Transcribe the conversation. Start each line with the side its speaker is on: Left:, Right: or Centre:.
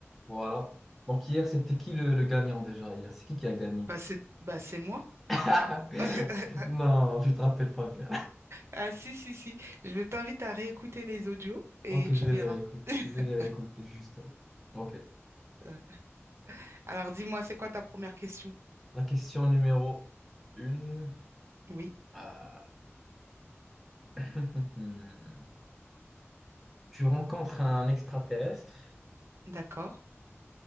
Centre: Voilà. Donc hier c'était qui le, le gagnant déjà hier? C'est qui qui a gagné?
Right: Bah c'est bah c'est moi.
Centre: <laughs>
Right: <laughs>
Centre: Non, je te rappelle pas bien.
Right: Ah si, si, si. Je t'invite à réécouter les audios et
Centre: Ok,
Right: tu
Centre: je
Right: verras.
Centre: vais les réécouter.
Right: <laughs>
Centre: Je vais les réécouter juste. Ok.
Right: Ouais. Alors dis-moi, c'est quoi ta première question?
Centre: La question numéro une.
Right: Oui,
Centre: Euh, <laughs> Tu rencontres un extraterrestre.
Right: d'accord.